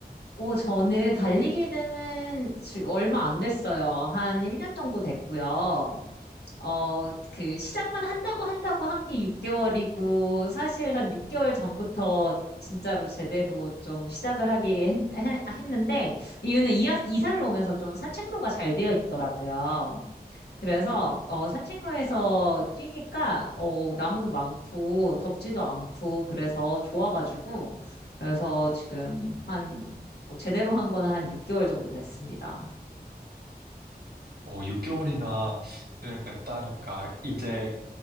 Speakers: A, on the left (about 85°); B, on the right (about 70°).
A: 오, 저는 달리기는 지- 얼마 안 됐어요. 한 1년 정도 됐고요. 어, 그 시작만 한다고 한다고 한 게 6개월이고 사실 한 6개월 전부터 진짜로 제대로 좀 시작을 하기 했, 했- 했는데 이유는 이하, 이사를 오면서 좀 산책로가 잘 되어 있더라고요. 그래서 어, 산책로에서 뛰니까 어, 나무도 많고 덥지도 않고 그래서 좋아가지고 그래서 지금 한뭐 제대로 한 거는 한 6개월 정도 됐습니다.
B: 뭐 6개월이나 됐다니까 이제